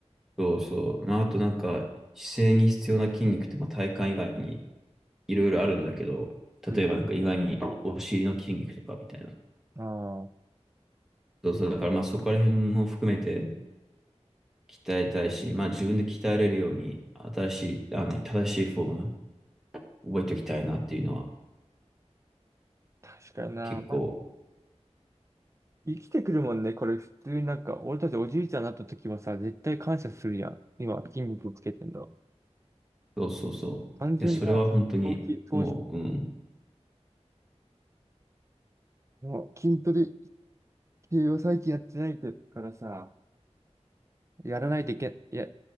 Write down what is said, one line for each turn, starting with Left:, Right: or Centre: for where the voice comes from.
Centre: そうそう。なあとなんか、姿勢に必要な筋肉って、まあ、体幹以外にいろいろあるんだけど、例えばなんか意外にお尻の筋肉とかみたいな。
Right: うん。あ
Centre: そうそう。だからまあそこら辺も含めて、鍛えたいし、まあ自分で鍛えれるように、新しい、あの、正しいフォーム、覚えておきたいなっていうのは、
Right: あ、確かにな。
Centre: 結構、
Right: まあ生きてくるもんね。これ普通になんか、俺たちおじいちゃんになった時はさ、絶対感謝するやん。今、筋肉つけてんだ。
Centre: そうそうそう。
Right: 完全な投資、
Centre: いや、それは本当に、
Right: 投資
Centre: もう、うん、
Right: の筋トレ系を最近やってないからさ、やらないといけ、や、